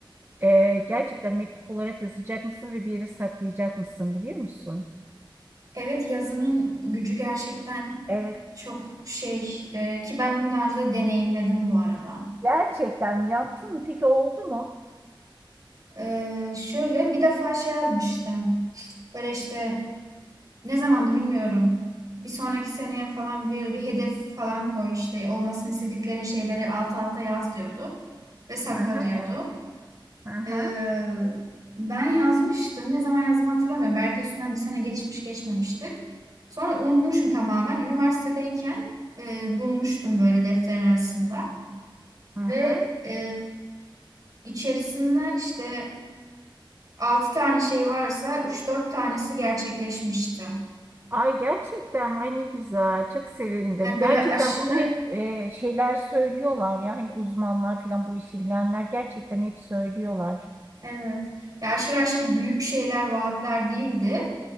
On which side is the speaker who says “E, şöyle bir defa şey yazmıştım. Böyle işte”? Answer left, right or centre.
Right